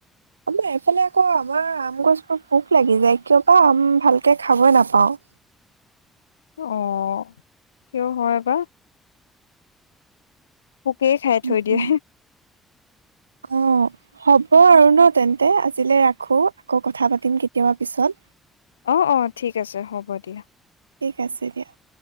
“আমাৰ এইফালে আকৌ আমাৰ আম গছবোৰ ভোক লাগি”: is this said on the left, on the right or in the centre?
Right